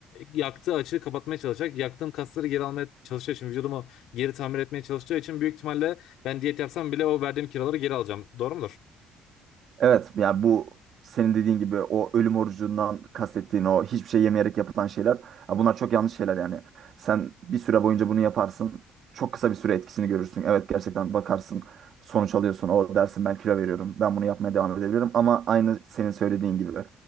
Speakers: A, on the left; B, on the right.
A: yaktığı açığı kapatmaya çalışacak. Yaktığım kasları geri almaya çalışacağı için vücudumu geri tamir etmeye çalışacağı için büyük ihtimalle ben diyet yapsam bile o verdiğim kiloları geri alacağım. Doğru mudur?
B: Evet yani bu senin dediğin gibi o ölüm orucundan kastettiğin o hiçbir şey yemeyerek yapılan şeyler ya bunlar çok yanlış şeyler yani. Sen bir süre boyunca bunu yaparsın. Çok kısa bir süre etkisini görürsün. Evet gerçekten bakarsın sonuç alıyorsun. O dersin ben kilo veriyorum. Ben bunu yapmaya devam edebilirim. Ama aynı senin söylediğin gibi